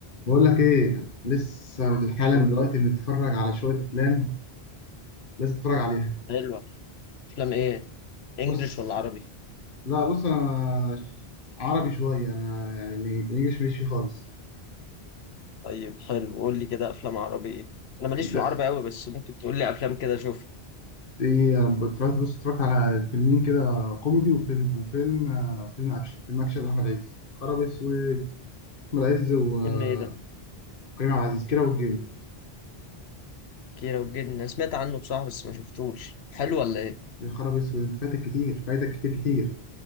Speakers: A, on the left; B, on the left.
A: بقول لك ايه لسه حالا
B: قول
A: دلوقتي
B: لي.
A: بنتفرج على شويه افلام لازم تتفرج عليها
B: حلوة افلام ايه
A: بص
B: انجليش ولا عربي
A: لا بص انا عربي شويه انا يعني الانجليش ماليش فيه خالص
B: طيب حلو قول لي كده افلام عربي ايه انا ماليش
A: انت
B: في العربي قوي بس ممكن تقول لي افلام كده شوف
A: ايه انا اتفرجت بص اتفرجت على فيلمين كده كوميدي وفيلم وفيلم آه، فيلم اكشن فيلم اكشن لاحمد عز خراب اسود احمد عز وكريم
B: فيلم ايه ده
A: عبد العزيز كيرة والجن
B: كيرة والجن انا سمعت عنه بصراحة بس ما شفتوش حلو ولا ايه
A: يا خراب اسود انت فاتك كتير فايتك كتير كتير